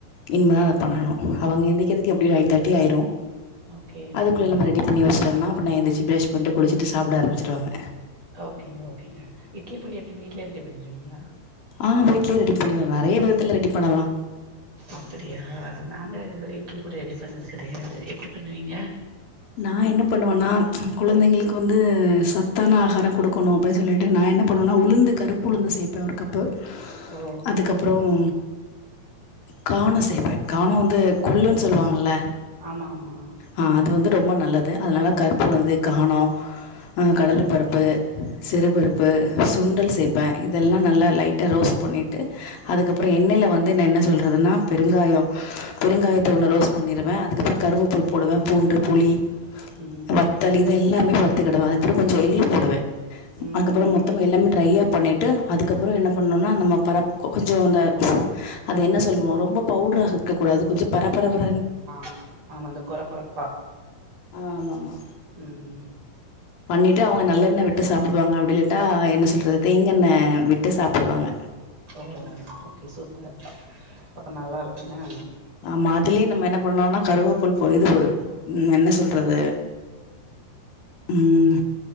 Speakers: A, on the right (about 35°); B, on the left (about 70°).
A: ஓகே
B: இனிமே அத
A: ஓகே
B: பண்ணணும் எந்திகிறதுக்கு எப்டியும் நையன் தேட்டி ஆயிரும்
A: ஓகே
B: அதுக்குள்ள
A: ம்
B: நம்ம ரெடி பண்ணி வச்சு விட்டேன்ன அப்றம் எந்தச்சி பிரஷ் பண்ணட்டு குளிச்சிட்டு சாப்பிட ஆம்பிச்சடுாங்க
A: ஓகேங்க ஓகேங்க இட்லி பொடி எப்படி வீடல ரெடி பண்ணிருவீங்களா
B: ஆ வீட்லயே ரெடி பண்ணிடலாம் நெறைய விதத்துல ரெடி பண்ணலாம்
A: அப்படியா நாங்க இதுவரை இட்லி பொடி ரெடி பண்ணது கிடையாது எப்படி பண்ணுவீங்க
B: நான் என்ன பண்ணுவேன்னா குழந்தைங்களுக்கு வந்து சத்தான ஆகாரம் கொடுக்கணும் அப்படின்னு சொல்லிட்டு நான் என்ன பண்ணுவேன்னா உளுந்து கருப்பு உளுந்து சேர்ப்பேன் ஒரு கப்பு
A: ஓ
B: அதுக்கப்றம்
A: ம்
B: கார்னு சேப்பே கார்ன் வந்து கொள்ளுன்னு
A: ஓ
B: சொல்வாங்கல்ல
A: சூப்பர் ஆமா ஆமா
B: ஆ அது வந்து ம்ப நல்லது அதனால கருப்பு உளுந்தயே காணோ ஆ கடலப்பருப்பு சிறு
A: ம்
B: பருப்பு சுண்டல் சேப்பே இதெல்லா நல்லா லைட்டா ரோஸ்ட் பண்ணிட்டு அதுக்கப்றோ
A: ம்
B: எண்ணெயில வந் ட்ட நா என்ன சொல்றதுன்னா பெருங்காயோ பெருங்காயத்த ஒன்னு ரோஸ்ட் பண்ணிருவே அதுக்கப்பறோ கருவேப்பில் போடுவே பூண்டு புளி
A: ம்
B: வத்தல் இது எல்லா <unintelligible> அத கூட கொஞ்ச <unintelligible> போடுவே
A: ம் ம்
B: அதுக்கப்றோ
A: ம்
B: மொத்தமா எல்லாமே ட்ரையா பண்ணிட் ட்டு அதுக்கப்புறோ என்ன பண்ணணுனா நம்ம பரப் கொஞ்சோ அந்த <inaudible> அது என்ன சொல்வோ ரொம்ப பவுட்ரா இருக்கக்கூடாது கொஞ்ச பரபரன்னு
A: ஆ ஆமா இந்த கொரகொரப்பா
B: ஆ ஆமா ஆமா
A: உம் உம்
B: பண்ணிட்டு அவங்க நல்லெண்ண விட்டு சாப்பிடுவாங்க அப்டி இல்லட்டா என்ன சொல்றது தேங்கா எண்ண விட்டு சாப்டுவாங்க
A: ஓ ஓகே சூப்பர் அப்ப நல்லா இருக்குண்ண
B: ஆமா அதுலயு நம்ம என்ன பண்லான்னா கருவேப்பில் போ இது உம் என்ன சொல்றது உம்